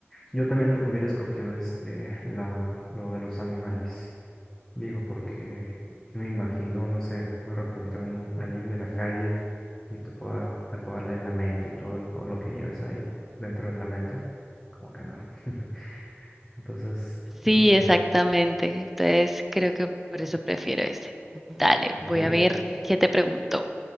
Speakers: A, on the left; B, in the centre.
A: Yo también hubiera escogido este, la, lo de los animales. Digo, porque me imagino, no sé, de repente un alguien de la calle y te pueda, te pueda leer la mente y todo, todo lo que lleves ahí dentro de la mente, como que no. <laughs> Entonces,
B: Sí,
A: yo también.
B: exactamente. Entonces, creo que por eso prefiero ese. Dale,
A: Ok,
B: voy a ver qué te pregunto.